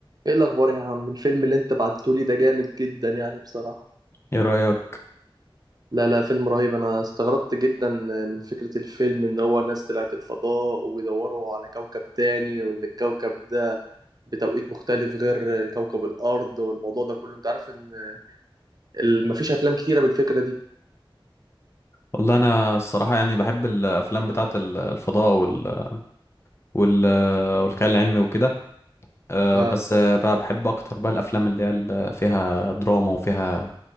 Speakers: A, on the right (about 45°); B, on the left (about 30°).
A: ايه الاخبار يا عم الفيلم اللي انت بعتهولي ده جامد جدا يعني بصراحة
B: ايه رأيك
A: لا لا فيلم رهيب انا استغربت جدا من فكرة الفيلم ان هو ناس طلعت الفضاء وبيدوروا على كوكب تاني وان الكوكب ده بتوقيت مختلف غير كوكب الارض والموضوع ده كله انت عارف ان ال- مفيش افلام كتيرة بالفكرة دي
B: والله انا الصراحة يعني بحب الافلام بتاعة ال- الفضاء وال... وال... والخيال العلمي وكده أه،
A: آه.
B: بس أه، بقى بحب اكتر بقى الافلام اللي هي ال- فيها دراما وفيها